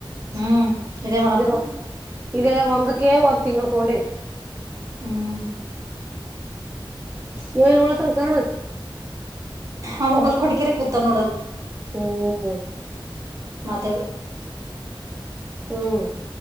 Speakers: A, on the right; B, on the right.
A: ಹ್ಮ್ ಇದೇ ಮೇಡಮ್
B: ಇರು ಇದೇ ಒಂದಕ್ಕೆ ಒಂದು ತಿಂಗಳು ತಗೊಂಡವಿ
A: ಹ್ಮ್
B: ನೀವೇನುಓತಾನ್ ಕರ್ಣ
A: ಆ ಮೊಗಲ್ ಕೊಡ್ಕಿರ ಕೂತ ನೋಡಲ್
B: ಹ್ಮ್ ಹೂ
A: <unintelligible>
B: ಹ್ಮ್